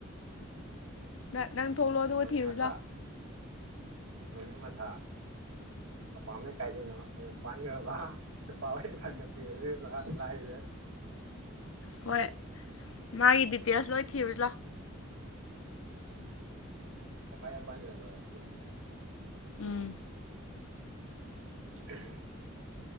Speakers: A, on the left (about 70°); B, on the right (about 90°).
A: ꯅꯪ ꯅꯪ ꯊꯣꯛꯂꯛꯑꯣ ꯑꯗꯨꯒ
B: ꯃꯃꯤꯡ
A: ꯊꯤꯔꯨꯖꯤ
B: ꯃꯊꯥ
A: ꯂꯥꯎ
B: ꯃꯃꯤꯡ ꯃꯊꯥ ꯃꯄꯥꯝꯅ ꯀꯥꯏꯗꯩꯅꯣ ꯃꯌꯨꯝ ꯄꯥꯟꯒ꯭ꯔꯕ ꯅꯨꯄꯥ ꯑꯣꯏꯕ꯭ꯔꯥ ꯅꯨꯄꯤ ꯑꯣꯔꯤꯏꯕ꯭ꯔꯥ ꯂꯥꯏꯖꯦ
A: ꯍꯣꯏ ꯃꯥꯒꯤ ꯗꯤꯇꯦꯜꯁ ꯂꯣꯏ ꯊꯤꯔꯨꯖꯤ ꯂꯥꯎ
B: ꯎꯝ ꯑꯦꯐ ꯑꯥꯏ ꯑꯔ ꯄꯥꯖꯤꯟꯂ ꯂꯣꯏꯔꯦ ꯄꯨꯂꯤꯁ ꯇꯥꯁꯨ
A: ꯎꯝ
B: <unintelligible>